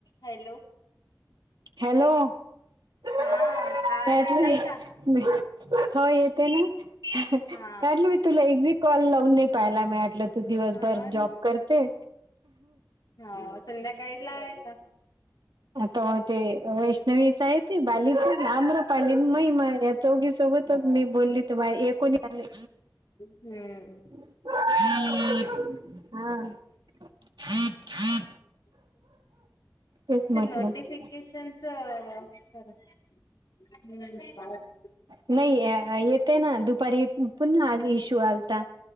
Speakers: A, on the left (about 70°); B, on the right (about 80°).
A: Hello!
B: Hello! <unintelligible>
A: हा आवाज येतय का
B: हो येते ना कालं
A: हा
B: <unintelligible> तुला एक बी कॉल लावून नाही पाहिला, मी म्हंटल तू दिवसभर
A: हो
B: जॉब करते.
A: हा संध्याकाळी लावायचा <unintelligible>
B: आता मग ते वैष्णवीच आहे ते बाली आम्रपाली, महिमा या चौघीसोबतच
A: हा
B: मी बोलली तेव्हा एकूणी झाले.
A: हम्म.
B: हा. तेच म्हटलं
A: ते नोटिफिकेशनच <unintelligible> हम्म <unintelligible>
B: नाही येते ना. दुपारी पण हा इशू आलता.